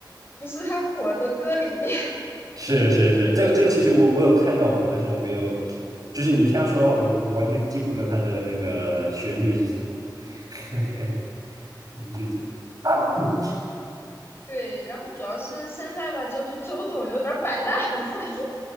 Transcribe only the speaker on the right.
是是是，这个这个其实我我有看到过，但是我没有，就是你这样说的话，我我完全记不得它的那个旋律是什么。<laughs> 林俊杰 <laughs>，